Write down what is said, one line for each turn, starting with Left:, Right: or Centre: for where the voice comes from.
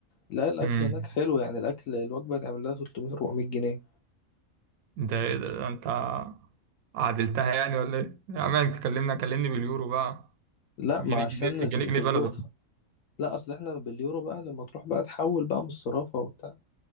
Left: لا الأكل
Right: امم
Left: هناك حلو يعني الأكل الوجبة تعمل لها 300 400 جنيه
Right: ده, إيه ده, ده انت عدلتها يعني ولا ايه يا عم انت كلمنا كلمني باليورو بقى
Left: لا
Right: الجنيه
Left: ما عشان
Right: جنيه الجنيه
Left: نسب-
Right: جنيه
Left: تظبطها
Right: بلده
Left: لا أصل إحنا باليورو بقى لما تروح بقى تحول بقى من الصرافة وبتاع